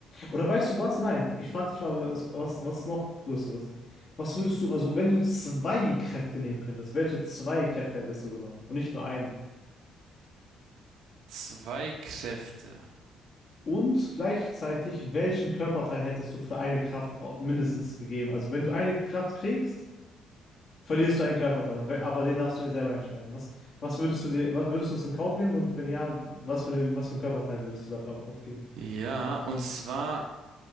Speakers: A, on the left (about 45°); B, on the right (about 80°).
A: Oder weißt du was? Nein, ich frage dich mal was, was, was noch Größeres. Was würdest du, also wenn du zwei Kräfte nehmen könntest, welche zwei Kräfte hättest du genommen und nicht nur eine?
B: Zwei Kräfte.
A: Und gleichzeitig, welchen Körperteil hättest du für eine Kraft au- mindestens gegeben? Also wenn du eine Kraft kriegst, verlierst du einen Körperteil, Und we- aber den darfst du ja selber entscheiden. Was, was würdest du dir, was würdest du es in Kauf nehmen und wenn ja, was für eine, was für einen Körperteil würdest du dafür aufgeben?
B: Ja, und zwar